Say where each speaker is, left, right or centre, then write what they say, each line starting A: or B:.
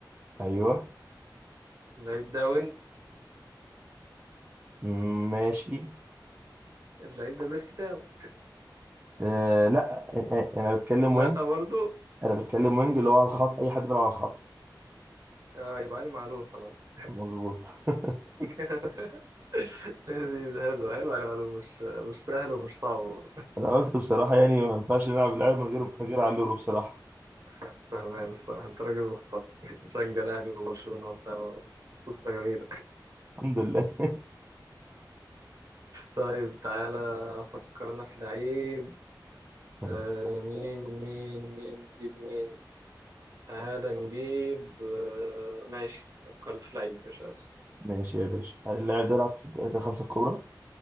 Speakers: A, on the right; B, on the right.
A: ايوه
B: اللعيب ده وينج
A: م- ماشي
B: اللعيب ده بيرسي تاو
A: آه لا أ- أ- انا بتكلم
B: لا
A: وينج
B: لا برضه
A: انا بتكلم وينج اللي هو على الخط اي حد بيلعب على الخط
B: اه يبقى علي معلول خلاص
A: مظبوط <laughs>
B: <laughs> لذيذ حلو حلو علي معلول مش مش سهل ومش صعب
A: انا قلت بصراحه يعني ما ينفعش نلعب اللعبه من غير
B: برضه
A: من غير علولو بصراحه
B: ف- فهمان الصراحة انت راجل محترم <laughs> تشجع الأهلي وبرشلونة وبتاع قصة جميلة
A: الحمد لله
B: طيب تعالى أفكر أنا في لعيب
A: <laughs>
B: آه مين مين مين نجيب مين تعالى نجيب آه ماشي فكرت في لعيب يا شاس
A: ماشي يا باشا هل اللاعب ده يلعب في الدوريات الخمسة الكبرى